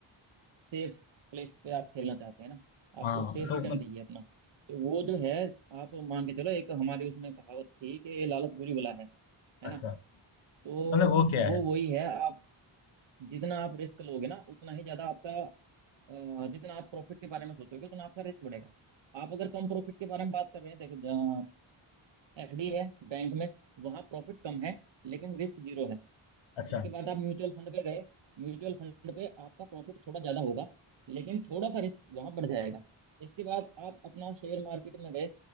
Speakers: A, on the right; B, on the left.
A: सेफ प्लेस पे आप खेलना चाहते हैं ना आपको
B: हाँ
A: सेफ
B: तो
A: रिटर्न चाहिए अपना तो वो जो है आप मान के चलो एक हमारी उसमें कहावत थी कि ये लालच बुरी बला है है
B: अच्छा,
A: ना तो
B: मतलब वो क्या
A: वो
B: है?
A: वही है आप जितना आप रिस्क लोगे ना उतना ही ज्यादा आपका अ, जितना आप प्रॉफिट के बारे में सोचोगे उतना आपका रिस्क बढ़ेगा आप अगर कम प्रॉफिट के बारे में बात कर रहे हैं देखो एफडी है बैंक में वहां प्रॉफिट कम है लेकिन रिस्क जीरो है
B: अच्छा,
A: इसके बाद आप म्यूचुअल फंड पे गए म्यूचुअल फंड पे आपका प्रॉफिट थोड़ा ज्यादा होगा लेकिन थोड़ा सा रिस्क वहां बढ़ जाएगा इसके बाद आप अपना शेयर मार्केट में गए